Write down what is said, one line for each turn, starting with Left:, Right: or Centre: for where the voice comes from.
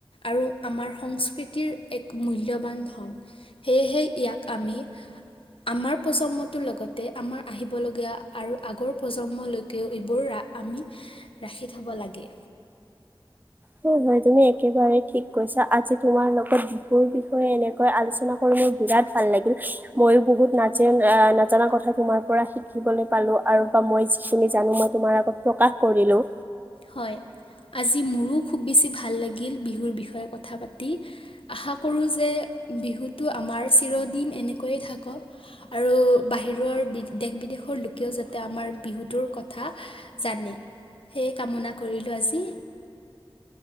Left: আৰু আমাৰ সংস্কৃতিৰ এক মূল্যৱান ধন। সেয়েহে ইয়াক আমি আমাৰ প্ৰজন্মটোৰ লগতে আমাৰ আহিবলগীয়া আৰু আগৰ প্ৰজন্মলৈকেও, এইবোৰ আমি ৰাখি থ'ব লাগে।
Right: হয়, হয়। তুমি একেবাৰে ঠিক কৈছা। আজি তোমাৰ লগত বিহুৰ বিষয়ে এনেকৈ আলোচনা কৰি মোৰ বিৰাট ভাল লাগিল। মই বহুত নাজা, আ, নাজানা কথা তোমাৰ পৰা শিকিবলৈ পালোঁ। আৰু বা, মই যিখিনি জানোঁ, মই তোমাৰ আগত প্ৰকাশ কৰিলোঁ
Left: হয়, আজি মোৰো খুব বেছি ভাল লাগিল বিহুৰ বিষয়ে কথা পাতি। আশা কৰোঁ যে বিহুটো আমাৰ চিৰদিন এনেকৈয়ে থাকক, আৰু বাহিৰৰ দেশ-বিদেশৰ লোকেও যাতে আমাৰ বিহুটোৰ কথা জানে। সেয়ে কামনা কৰিলোঁ। আজি